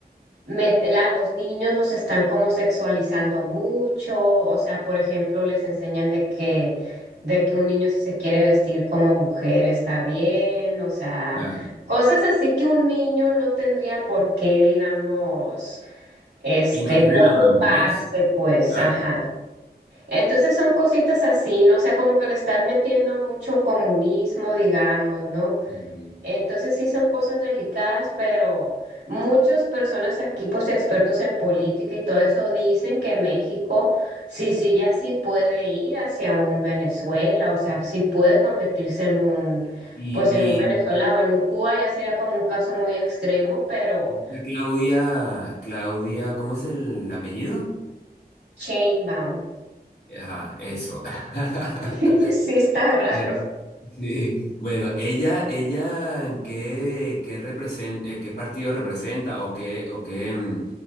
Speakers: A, on the right; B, on the left.
A: met- a los niños los están como sexualizando mucho, o sea, por ejemplo, les enseñan de que de que un niño si se quiere vestir como mujer está bien, o sea,
B: claro.
A: cosas así que un niño no tendría por qué, digamos, este,
B: Y no tienen
A: preocuparse,
B: la madurez.
A: pues,
B: Claro.
A: ajá. Entonces son cositas así, ¿no? O sea, como que le están metiendo mucho comunismo, digamos, ¿no?
B: Ujú.
A: Entonces sí son cosas delicadas, pero muchas personas aquí, pues expertos en política y todo eso, dicen que México, si sigue así, puede ir hacia un Venezuela, o sea, sí puede convertirse en un,
B: Y,
A: pues
B: y,
A: en un Venezuela o en un Cuba, ya sería como un caso muy extremo, pero
B: y esta Claudia, Claudia, ¿cómo es el apellido?
A: chainbound,
B: Ajá, eso. <laughs>
A: <laughs> sí está raro.
B: Eh, <laughs> sí. Bueno, ella, ella, ¿qué, qué represen- eh, qué partido representa o qué, o qué, mm,